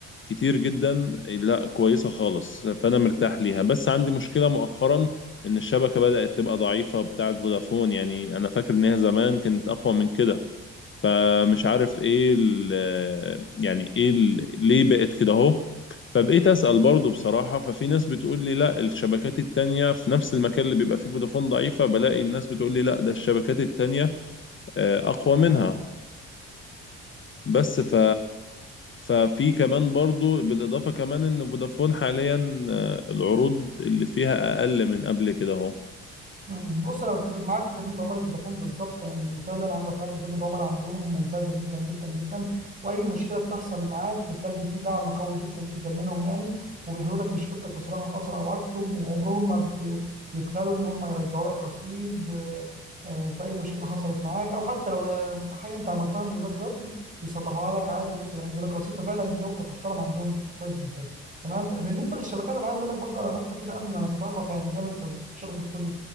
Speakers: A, on the left; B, on the right.
A: كتير جدا لا كويسة خالص فانا مرتاح ليها بس عندي مشكلة مؤخرا ان الشبكة بدأت تبقى ضعيفة بتاعة فودافون يعني انا فاكر ان هي زمان كانت اقوى من كده فمش عارف ايه ال يعني ايه ال ليه بقت كده اهو فبقيت اسال برضه بصراحه ففي ناس بتقول لي لا الشبكات التانيه في نفس المكان اللي بيبقى فيه فودافون ضعيفه بلاقي الناس بتقول لي لا ده الشبكات التانيه آه، اقوى منها بس ف ففي كمان برضو بالإضافة كمان إن فودافون حاليا آه، العروض اللي فيها أقل من قبل كده أهو
B: مم. بص انا بتفق معاك في خدمه عملاء فودافون بالظبط يعني فعلا عندك حق خدمه عملاء عندهم ممتازه جدا جدا جدا واي مشكله بتحصل معاك بتلاقي فيه دعم قوي جدا جدا منهم يعني وبيحلوا لك مشكلتك بصراحه في اسرع وقت وعمرهم ما ب- بيبخلوا ان هم يرجعوا لك رصيد آه، آه، في اي مشكله حصلت معاك او حتى لو آه، حاجه انت عملتها من غير قصد بيصلحوها لك عادي وممكن يرجعوا لك رصيد ففعلا دي نقطه تحترم عندهم كويس جدا تمام بالنسبه للشبكات انا عايز اقول لك برضه على نقطه كده قبل ما نتطرق يعني جامد في شبكه كل